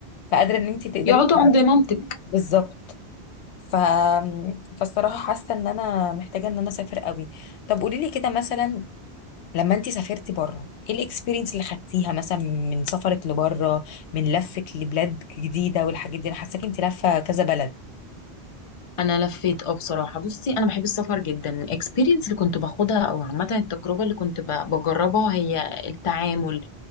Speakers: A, on the left; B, on the left.
A: فقادره ان انت تقدري
B: يقعدوا
A: ت- <laughs>
B: عند مامتك
A: بالظبط ف... فالصراحه حاسه ان انا محتاجه ان انا اسافر قوي طب قولي لي كده مثلا لما انت سافرتي بره ايه الاكسبيرينس اللي خدتيها مثلا من سفرك لبره من لفك لبلاد جديده والحاجات دي انا حاساكي انت لفه كذا بلد
B: انا لفيت اه بصراحه بصي انا بحب السفر جدا الاكسبيرينس اللي كنت باخدها او عامه التجربه اللي كنت ب- بجربها هي التعامل